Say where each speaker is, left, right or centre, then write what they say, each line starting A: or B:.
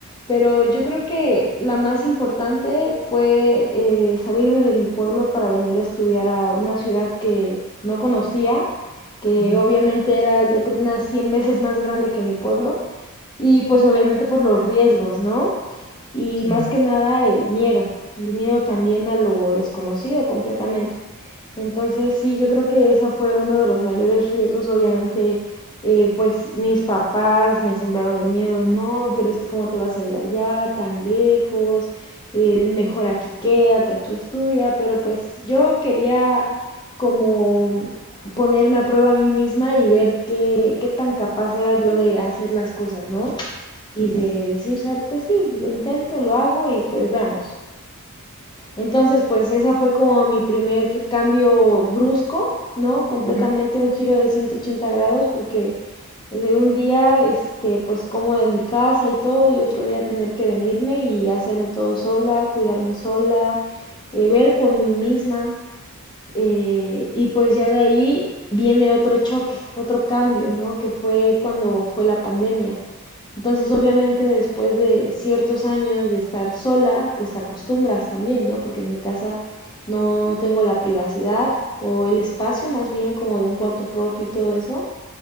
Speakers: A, on the left; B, on the left.
A: Pero yo creo que la más importante fue eh, salirme de mi pueblo para venir a estudiar a una ciudad que no conocía, que
B: ujú,
A: obviamente era yo creo unas 100 veces más grande que mi pueblo y pues obviamente por los riesgos, ¿no? Y
B: sí.
A: más que nada el miedo, el miedo también a lo desconocido completamente. Entonces, sí, yo creo que esa fue uno de los mayores riesgos. Obviamente, eh, pues mis papás me sembraron el miedo, no, pero es que cómo te vas a ir allá tan lejos, Eh, mejor aquí quédate, aquí estudia, pero pues yo quería como ponerme a prueba a mí misma y ver qué, qué tan capaz era yo de hacer las cosas, ¿no? Y de decir, "Sa- pues sí, lo intento, lo hago y pues veamos. Entonces, pues esa fue como mi primer cambio brusco, ¿no? Completamente
B: Ujú.
A: un giro de 180 grados porque de un día, este, pues cómoda en mi casa y todo, y otro día tener que venirme y hacerme todo sola, cuidarme sola, eh, ver por mí misma. eh, y pues ya de ahí viene otro choque, otro cambio, ¿no? Que fue cuando fue la pandemia. Entonces, obviamente, después de ciertos años de estar sola, pues te acostumbras también, ¿no? Porque en mi casa no, no tengo la privacidad o el espacio más bien como de un cuarto propio y todo eso.